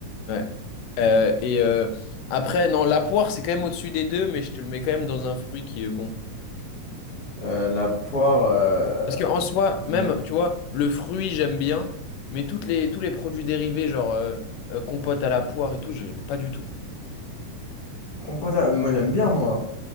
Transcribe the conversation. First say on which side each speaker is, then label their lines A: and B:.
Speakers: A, on the left; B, on the left.
A: Ouais. Euh, et euh, après, non, la poire, c'est quand même au-dessus des deux, mais je te le mets quand même dans un fruit qui est bon.
B: Euh, la poire, euh,
A: Parce qu'en soi,
B: j'aime bien.
A: même, tu vois, le fruit, j'aime bien, mais toutes les, tous les produits dérivés, genre euh, euh, compote à la poire et tout, j'aime pas du tout.
B: Compote à la- Moi, j'aime bien, moi.